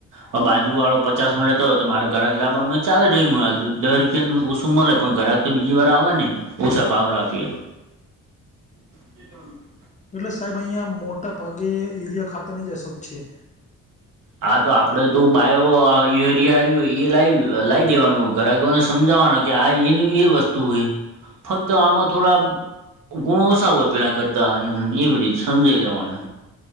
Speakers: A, on the right (about 85°); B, on the left (about 25°).
A: હવે, બાજુ વાળો પચાસમાં લેતો હોય તો મારે ગ્રાહક લાભામાં ચાવે મળલું દસ રૂપિયા ઉછુ, મળે પણ ગ્રાહક તો બીજી વાર આવે ન ઓછા ભવીએ આપીએ હતો. <unintelligible>
B: એટલે સાહેબ અહીંયા મોટા ભાગે યુરિયા ખાતારની જ અછત છે.
A: હા, તો આપણે તો બાયો યુરિયા એ લાવ દેવાનું ગ્રાહકોને સમજાવવાનુ કે આ એનું એ વસ્તુ હોય, ફક્ત આમાં થોડા ગુણો ઓછા હોય પેલા કરતા એવી રીતે સમજાઈ દેવાનુ